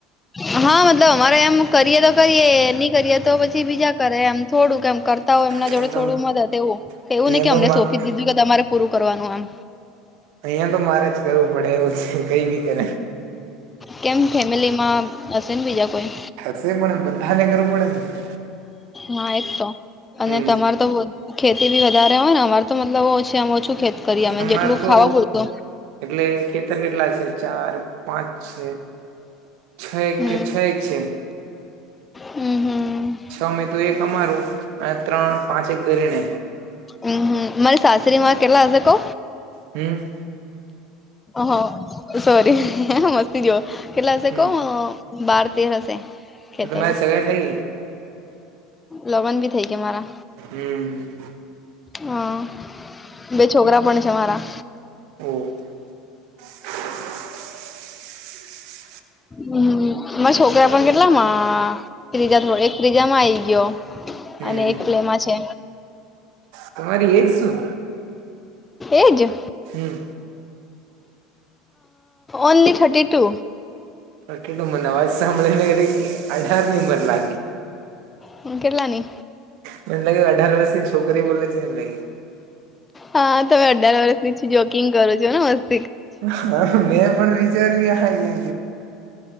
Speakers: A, on the left; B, on the right.
A: હ. હા મતલબ અમારે એમ કરીએ તો કરીએ. એ નહી કરીએ તો પછી બીજા કરે. એમ થોડું કેમ કર હોય
B: અહિયાં
A: એમના જોડે
B: તો
A: થોડું મદદ એવું
B: અહિયાં
A: એવું નઈ કે અમને
B: તો
A: સોંપી દીધું કે તમારે પૂરું કરવાનું એમ.
B: અહીયા તો મારે જ કરવું પડે એવું કઈ બી કરે.
A: કેમ ફેમિલી માં હશે ને બીજા કોઈ?
B: હશે પણને બધાને કરું પડે ને.
A: હા એક તો અને
B: હમ
A: તમારે તો ખેતી બી વધારે હોય ને. અમારે તો મતલબ ઓ છે આ ઓછું ખેતી- કરી અમે
B: અમાર
A: જેટલું
B: તો
A: ખાવા બોલતો.
B: એટલે ખેતર કેટલા છે? ચાર પાંચ છે છ
A: હમ
B: કે છ છે.
A: હમ હમ.
B: છ મે તું એક અમારું અને ત્રણ પાંચ એક ઘરેને.
A: હમમ મારી સાસરીમાં કેટલા હશે કઉ?
B: હમ.
A: હહ સોરી મસ્તી જયો કેટલા હશેે
B: હમ
A: કઉ. બાર તેર હશે ખેતરો.
B: તમારી સગાઈ થઈ ગઈ
A: લગન બી થઇ ગયા મારા.
B: હમ.
A: હા, બે છોકરા પણ છે મારા.
B: હમ. <unintelligible>
A: હમ, મારા છોકરા પણ ગેલા. ત્રીજા થો એક ત્રીજામાં આઈ ગયો,
B: હમ
A: અને એક પહેલામાં છે.
B: તમારી એજ શું?
A: Age.
B: Hmm.
A: Only thirty two.
B: તો કટુંબને અવાજ સાંભળી ને, અઢાર ની ઉમર લાગી.
A: હ, કેટલાની?
B: મને લાગે, અઢાર વર્ષથી છોકરી બોલા છે એ લાગે.
A: હા, તમે અઢાર વર્ષ ની જોકિંગ કરો છો ને મસ્ત.
B: હા, મેં પણ વિચાર્યું હ.